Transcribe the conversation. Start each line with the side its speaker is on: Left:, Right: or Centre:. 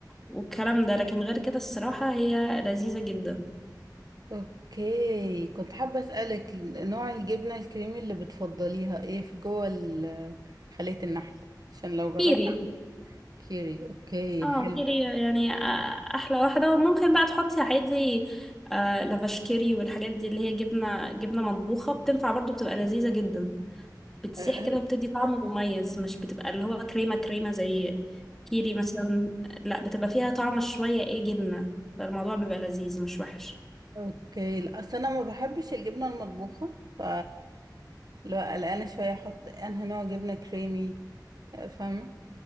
Centre: والكلام ده لكن غير كده الصراحة هي لذيذة جدا
Right: اوكي كنت حابة اسألك نوع الجبنة الكريمي اللي بتفضليها ايه في جوه ال- خلية النحل عشان لو جربت
Centre: كيري
Right: كيري اوكي
Centre: اه
Right: حلو
Centre: كيري يعني آه، احلى واحدة وممكن بقى تحطي عادي آه لافاش كيري والحاجات دي اللي هي جبنة جبنة مطبوخة بتنفع برضو بتبقى لذيذة جدا بتسيح
Right: هل
Centre: كده وبتدي طعم مميز مش بتبقى اللي هو كريمة كريمة زي كيري مثلا لا بتبقى فيها طعم شوية ايه جبنة فالموضوع بيبقى لذيذ مش وحش
Right: اوكي لا اصل انا ما بحبش الجبنه المطبوخه ف لا قلقانه شويه احط انها نوع جبنه كريمي آه، فاهمه